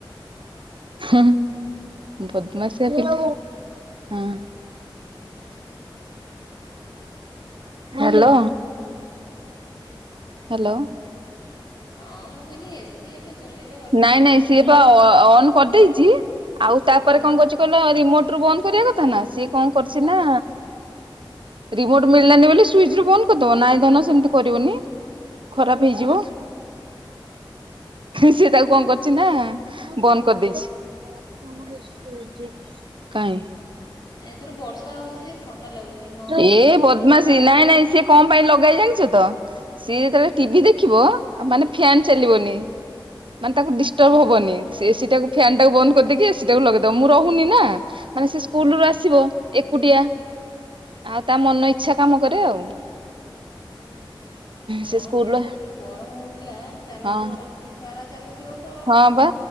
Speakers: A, on the right (about 70°); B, on the left (about 50°).
A: ହଁ ବଦମସିଆ ପିଲା ହଁ। ହାଲୋ। ହାଲୋ।
B: ଅଁ ମୁଁ କହିନେଇ ଇଏସ। ସିଏ ଏବେ ଚଲେଇବେ ବା।
A: ନାଇଁ ନାଇଁ ସିଏ ପା ଅନ୍ କରିଦେଇଛି ଆଉ ତାପରେ
B: ଉଁ
A: କଣ କରୁଚି କହିଲୁ। ତ ରିମୋଟ ରୁ ବନ୍ଦ କରିବା କଥା ନା ସିଏ କଣ କରିଛିନା ରିମୋଟ ମିଳିଲାନି ବୋଲି ସୁିଚ ରୁ ବନ୍ଦ କରିଦବ ନାଇଁ ଧନ ସେମିତି କରିବନି ଖରାପ ହେଇଯିବ। ସି ତାକୁ କଣ କରିଛି ନା ବନ୍ଦ କରିଦେଇଛି।
B: ଉଁ ହୁଁ
A: କାଇଁ।
B: ନାଇଁ ଏଥର ବର୍ଷା ହଉଛି ଯେ ଥଣ୍ଡା ଲାଗୁଛି ନ
A: ଏ
B: ନାଇଁ ତ
A: ବଦମାସି
B: ସକାଳୁ
A: ନାଇଁ ସେ କଁ ପାଇଁ ଲଗେଇ ଜାଣିଛ ତ ସିଏ ଯେତେବେଳେ ଟିଭି ଦେଖିବ ମାନେ ଫ୍ୟାନ ଚାଲିବନି। ମାନେ ତାକୁ ଡିଷ୍ଟର୍ବ ହବନି ଏସିି ଟାକୁ ଫ୍ୟାନ ଟାକୁ ବନ୍ଦ କରିଦେଇକି ଏସି ଟାକୁ ଲଗେଇଦବ ମୁଁ ରହୁନି ନା। ମାନେ ସେ ସ୍କୁଲୁ
B: ହୁଁ
A: ଆସିବ ଏକୁଟିଆ ଆଉ ତା ମନ ଇଚ୍ଛା କାମ କରେ ଆଉ।
B: ଓହୋ
A: ସେ
B: ନ ହେଲେ
A: ସ୍କୁଲ
B: ଏବେ ଯୋଉ ଗରମ ହଉଥିଲା ଚାଲିଥିବ
A: ହଁ
B: ରାତି ସାରା ଚାଲିି ଥିବ ତ
A: ହଁ ବା